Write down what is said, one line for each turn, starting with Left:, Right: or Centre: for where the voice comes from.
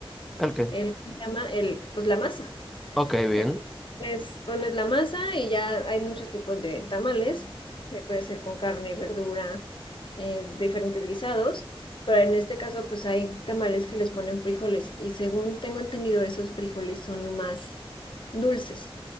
Centre: Ok,
Left: el, ¿cómo se llama? El, pues la masa.
Centre: ok, bien.
Left: Entonces, pones, pones la masa y ya hay muchos tipos de tamales, que puede ser con carne, verdura, eh, diferentes guisados, pero en este caso pues hay tamales que les ponen frijoles y según tengo entendido esos frijoles son más dulces